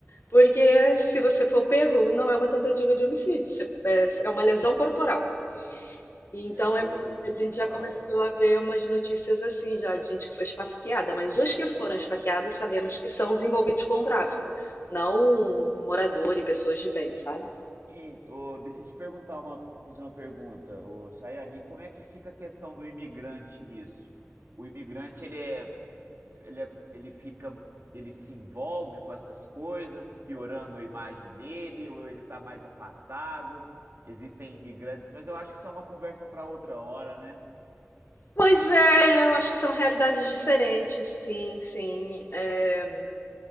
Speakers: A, on the left; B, on the right.
A: Porque se você for pego, não é uma tentativa de homicídio, você- é é uma lesão corporal. Então
B: Meu Deus,
A: é mu- a
B: surreal.
A: gente já começou a ver umas notícias assim já de gente que foi esfaqueada, mas os que foram esfaqueados sabemos que são os envolvidos com o tráfico, não morador e pessoas de bem, sabe?
B: E, ô, deixa eu te perguntar uma, fazer uma pergunta, ô, Chayane, e como é que fica a questão do imigrante nisso? O imigrante, ele é, ele é- ele fica, ele se envolve com essas coisas, piorando a imagem dele, ou ele está mais afastado? Existem imigrantes, mas eu acho que isso é uma conversa para outra hora, né?
A: Pois é, eu acho que são realidades diferentes, sim, sim. É,